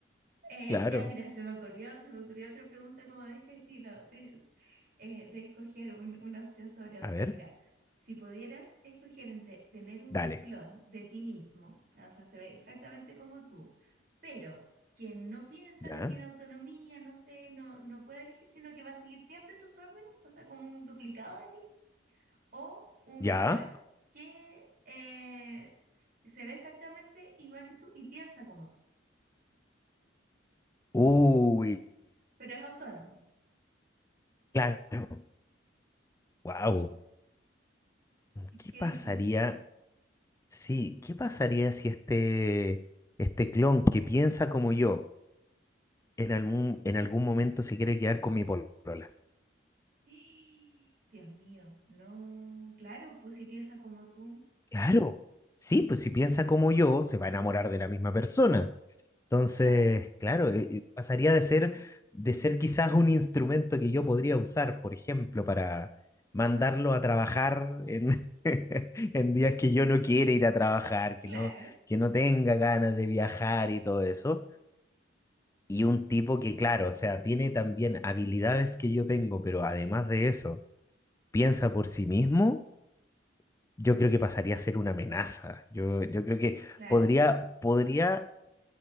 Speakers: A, on the right; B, on the left.
A: Eh,
B: Claro.
A: ya, mira, se me ocurrió, se me ocurrió otra pregunta como de este estilo, de, eh, de escoger un- una opción sobre otra.
B: A ver,
A: Mira, si pudieras escoger entre tener un
B: dale.
A: clon de ti mismo, o sea, se ve exactamente como tú, pero que no piensa,
B: Ya,
A: no tiene autonomía, no sé, no, no puede elegir, sino que va a seguir siempre tus órdenes, o sea, como un duplicado de ti, o un
B: ya.
A: clon que eh, se ve exactamente igual que tú y piensa como tú,
B: Uy,
A: pero es autónomo.
B: claro. Wow. ¿Qué
A: Qué
B: pasaría?
A: difícil.
B: Sí, ¿qué pasaría si este, este clon que piensa como yo en algún, en algún momento se quiere quedar con mi polola?
A: <gasps> Dios mío, no, claro, pues si piensa como tú,
B: Claro, sí, pues si piensa como yo, se va a enamorar de la misma persona. Entonces,
A: claro,
B: claro, eh, eh, pasaría de ser, de ser quizás un instrumento que yo podría usar, por ejemplo, para mandarlo a trabajar en, <laughs> en días que yo no quiera ir a trabajar,
A: claro,
B: que no, que no tenga ganas de viajar y todo eso. Y un tipo que, claro, o sea, tiene también habilidades que yo tengo, pero además de eso, piensa por sí mismo yo creo que pasaría a ser una amenaza. Yo, yo creo que
A: claro,
B: podría, podría,